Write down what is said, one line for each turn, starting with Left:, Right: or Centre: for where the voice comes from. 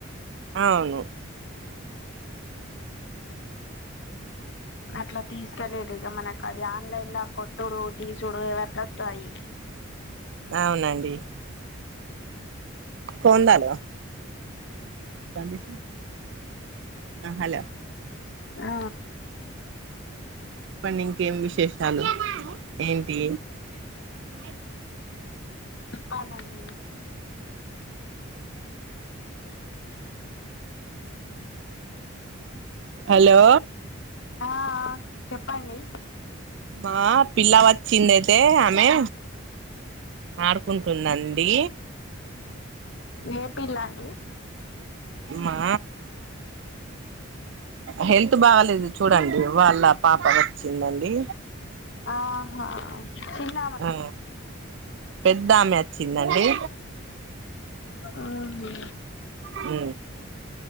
Right: అవును
Left: అట్లా తీసుక లేదు ఇక మనకు అవి ఆన్లైన్ లా కొట్టుడు తీసుడు ఎవరికి ఆస్తాయి.
Right: అవునండి కొందాల <unintelligible> హలో
Left: ఆ
Right: చెప్పండి ఇంకేం విశేషాలు ఏంటి అ
Left: చెప్పాలండి
Right: హలో
Left: ఆ చెప్పండి
Right: మా పిల్ల వచ్చింది అయితే ఆమె ఆడుకుంటుందండి
Left: ఏ పిల్లా అండి
Right: మా హెల్త్ బాగాలేదు చూడండి. వాళ్ళ పాప వచ్చిందండి
Left: ఆహా చిన్న
Right: ఆ పెద్ద ఆమె వచ్చిందండి
Left: ఆవున
Right: హ్